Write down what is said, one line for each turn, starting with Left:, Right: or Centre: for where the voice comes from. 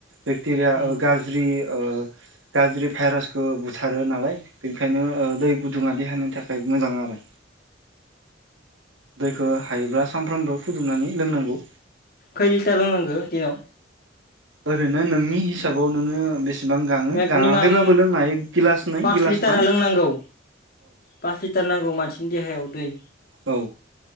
Right: बेक्टेरिया
Left: उम
Right: गाज्रि ओ गाज्रि भाइरासखौ बुथारो नालाय बेनि ओंखायनो दै गुदुङा देहानि थाखाय मोजां आरो दैखो हायोब्ला सानफ्रामबो फुदुंनानै लोंनांगौ
Left: खै लिटार लोंनांगो दिनाव
Right: ओरैनो नोंनि हिसाबाव नोङो बेसे बां गाङो
Left: मेक्निमाम
Right: गाङाखैबाबो लोंनो हायो गिलास नै
Left: पास
Right: गिलासथाम
Left: लिटारा लोंनांगौ पास लिटार नांगौ मानसिनि देहायाव दै
Right: औ